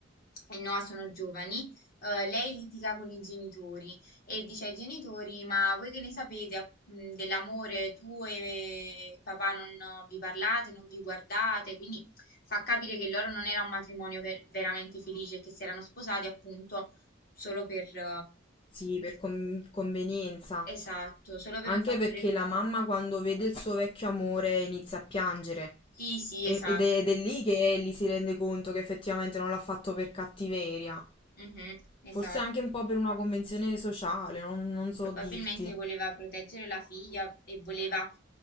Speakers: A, on the left; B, on the left.
A: e Noah sono giovani, eh, lei litiga con i genitori e dice ai genitori: Ma voi che ne sapete app- mm, dell'amore? Tu e papà non vi parlate, non vi guardate, quindi. Fa capire che il loro non era un matrimonio ver- veramente felice e che si erano sposati appunto solo per... eh,
B: sì, per con- convenienza.
A: esatto, solo per
B: Anche
A: un fattore
B: perché
A: economico.
B: la mamma quando vede il suo vecchio amore inizia a piangere.
A: Sì, sì,
B: E-
A: esatto.
B: Ed è, ed è lì che Ellie si rende conto che effettivamente non l'ha fatto per cattiveria.
A: Mhm, esatto.
B: Forse anche un po' per una convenzione sociale, non, non so
A: Probabilmente
B: dirti.
A: voleva proteggere la figlia e voleva,